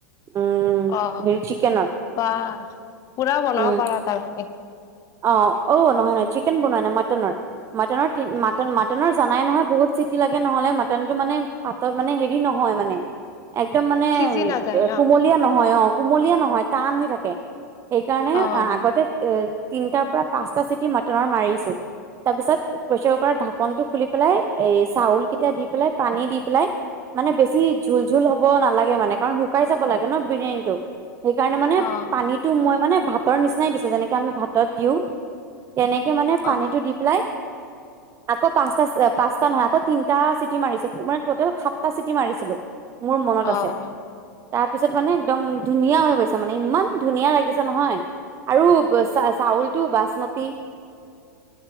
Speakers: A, on the right (about 25°); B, on the left (about 30°).
A: উম
B: অ',
A: হেৰি চিকেনৰ
B: বা পুৰা বনাব
A: উম
B: পাৰা, তাৰ মানে?
A: অ' অ' নহয়, নহয় চিকেন বনোৱা নাই। মাটনৰ, মাটনৰ, মাটনৰ জানাই নহয়? বহুত চিটি লাগে, নহ'লে মাটনটো মানে, পাছত মানে, হেৰি নহয় মানে। একদম মানে,
B: সিজি নাযায় ন?
A: কুমলীয়া নহয় অ'। কোমলিয়া নহয়, টান হৈ থাকে। সেইকাৰণে
B: অ',
A: আগতে- তিনটাৰ পৰা পাঁচটা চিটি মাটনৰ মাৰিছো, তাৰপিছত প্ৰেচাৰ কুকাৰত ঢাকনটো খুলি পেলাই, এই চাউল কেইটা দি পেলাই, পানী দি পেলাই, মানে, বেছি ঝোল, ঝোল হব নালাগে। মানে, কাৰণ শুকাই যাব লাগে ন' বিৰিয়ানীটো। সেইকাৰণে মানে-
B: অ',
A: সেটো মই মানে ভাতৰ নিচিনাই দিছো। যেনেকে, আমি ভাত'ত দিও। তেনেকে মানে
B: অ',
A: পানীটো দি পেলাই আকৌ পাঁচ, পাঁচটা নহয়, আকৌ তিনটা চিটি মাৰিছো। মানে, টোটেল সাতটা চিটি মাৰিছিলো। মোৰ মনত
B: অ'।
A: আছে। তাৰপিছত মানে, একদম ধুনীয়া হৈ গৈছে, মানে ইমান ধুনীয়া লাগিছে নহয়। আৰু চাউলটো বাচমতি